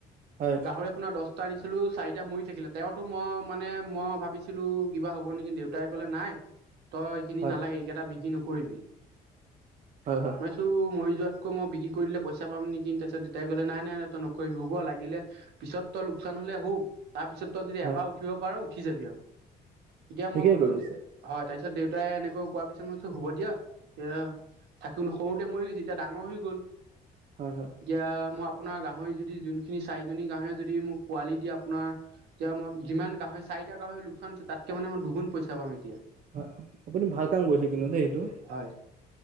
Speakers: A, on the right; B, on the right.
A: হয়
B: গাহৰি আপোনাৰ দছটা আনিছিলো চাৰিটা মৰি থাকিলে তেওঁতো মই মানে মই ভাবিছিলো কিবা হ'ব নেকি দেউতাই কলে নাই তই এইখিনি
A: হয়
B: নালাগে এইকেইটা বিক্ৰী নকৰিবি
A: হয় হয়
B: <unintelligible> মই চো মৰি যোৱাতকৈ মই বিকি পইচা পাম নেকি তাছত দেতাই কলে নাই নাই নাই তই নকৰিবি হ'ব লাগিলে পিছত তই লোকচান হলে হুক তাৰপিছত তই যদি
A: হয়
B: এবাৰ উঠিব পাৰ উঠি যাবি আও এতিয়া
A: ঠিকেই
B: মই ক'লো
A: কৰিছে
B: দি হয় তাইছ- ছত দেউতাই এনেকৈ কোৱাৰ পিছত মই হুব দিয়া এতিয়া থাকি সৰুতে মৰি গৈছে এতিয়া ডাঙৰ হৈ গ'ল
A: হয় হয়
B: এতিয়া মই আপোনাৰ গাহৰি যদি যোনখিনি চাৰিজনী গাহৰি যদি মোক পোৱালি দিয়ে আপোনাৰ এতিয়া ম যিমান গাহই চাৰিটা গাহৰি লোকচানছে তাতকে মানে মই দুগুণ পইচা পাম এতিয়া
A: হয় আপুনি ভাল কাম কৰিছে কিন্তু দেই সেইটো
B: হয়